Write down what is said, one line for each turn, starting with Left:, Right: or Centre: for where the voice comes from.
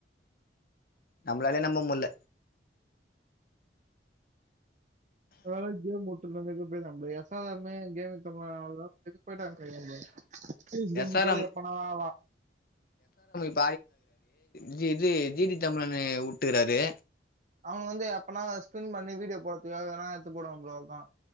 Left: நம்ளாலே நம்ப முட்ல
Right: அ <unintelligible> <unintelligible> எஸ் ஆர் எம்மே கேமிங் <unintelligible> <unintelligible> கேம்
Left: எஸ் ஆர்
Right: கூட
Left: எம்
Right: எப்பனா வா
Left: <unintelligible> ஜி டி தமிழ் அண்ணே உட்டுகிறாரு
Right: அவுங் வந்து எப்பனா எஸ்டென் பண்ணி வீடியோ போட்றதுக்காக எதுனா எடுத்து போடுவா ப்ரோ அவ்ளோதா